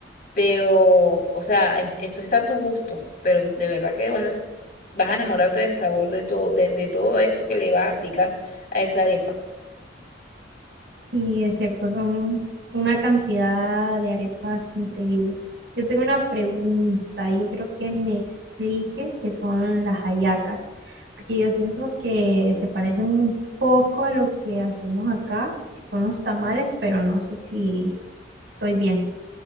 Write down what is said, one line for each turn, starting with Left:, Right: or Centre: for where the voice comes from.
Left: Pero, o sea, es- esto está a tu gusto, pero de verdad que vas a, vas a enamorarte del sabor de todo, de, de todo esto que le vas a aplicar a esa arepa.
Right: Sí, es cierto, son una cantidad de arepas increíbles. Yo tengo una pregunta, yo creo que me expliques qué son las hallacas, porque yo siento que se parecen un poco a lo que hacemos acá, que son los tamales, pero no sé si estoy bien.